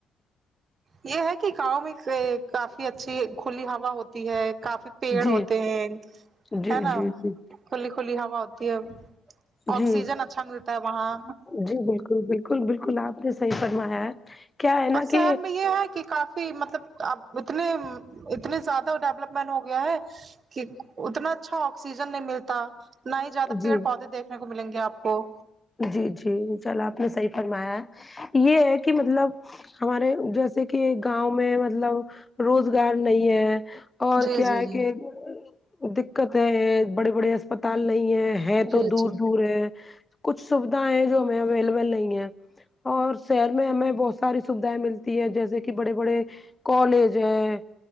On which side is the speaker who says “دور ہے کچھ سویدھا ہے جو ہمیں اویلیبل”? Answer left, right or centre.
Left